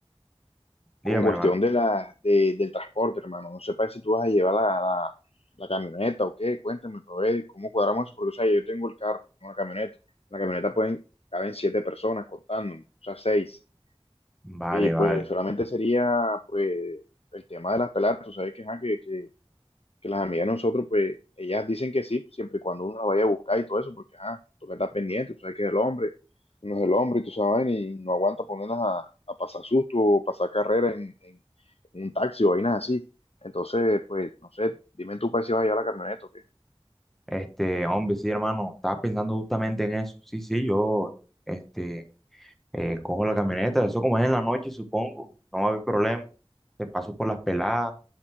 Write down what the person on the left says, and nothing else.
con cuestión
de la, de- del transporte, hermano. No sepa si tú vas a llevar la, la, la camioneta o qué. Cuéntame, pero ver cómo cuadramos eso. Porque, o sea, yo tengo el carro, tengo la camioneta. En la camioneta pueden, caben siete personas contándome, o sea, seis.
Y pues
solamente sería, pues, el tema de las peladas. Tú sabes que, ajá, que, que que las amigas de nosotros, pues, ellas dicen que sí, siempre y cuando uno la vaya a buscar y todo eso, porque, ah, toca estar pendiente, tú sabes que es el hombre, uno es el hombre y tú sabes, y no aguanta ponerlas a, a pasar susto o pasar carrera en, en- en un taxi o vainas así. Entonces, pues, no sé, dime tú para si vas a llevar la camioneta o qué.